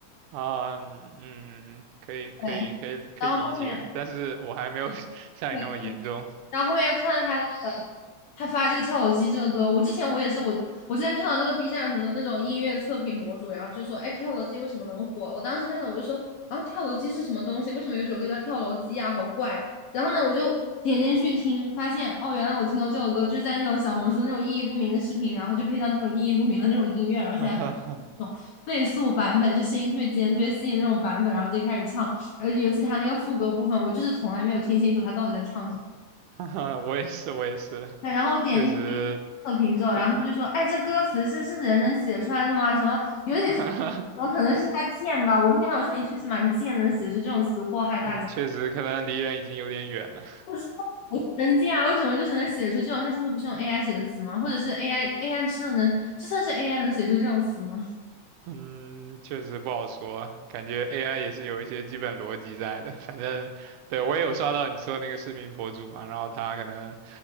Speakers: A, on the right (about 85°); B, on the left (about 80°).
A: 啊，嗯，嗯可以可以可以可以理解，
B: 对，然后后面又
A: 但是我还没有 <laughs> 像你那么严重。
B: 对，然后后面又看到他他发这个跳楼机这个歌，我之前我也是我我之前看到那个 B 站很多那种音乐测评博主，然后就说，哎，跳楼机为什么能火？我当时看到我就说，啊，跳楼机是什么东西？为什么有首歌叫跳楼机啊？好怪。然后呢，我就点进去听，发现哦，原来我听过这首歌，就是在那种小红书那种意义不明的视频，然后就配上这种意义不明的那种音乐，而且还。
A: <laughs>
B: 那种倍速版本，就声音特别尖、特别细的那种版本，然后就开始唱，而且尤其他那个副歌部分，我就是从来没有听清楚他到底在唱什么。
A: 哈哈哈我也是，我也是，
B: 对然后我点进去测评之后，
A: 确实，对，
B: 然后他们就说：“哎，这歌词这是人能写出来的吗？什么，尤其是怎
A: <laughs>
B: 么可能是他贱吧？我天呐，我说你确实蛮贱的，能写出这种词祸害大家。
A: 嗯，确实可能离人已经有点远了，
B: 我说我神经啊！为什么就是能写出这种？他真的不是用 AI 写的词吗？或者是 AI AI 真的能，就算是 AI 能写出这种词吗？
A: <laughs> 嗯，确实不好说，感觉 AI 也是有一些基本逻辑在的。<laughs> 反正，对，我也有刷到你说的那个视频博主嘛，然后他可能啊、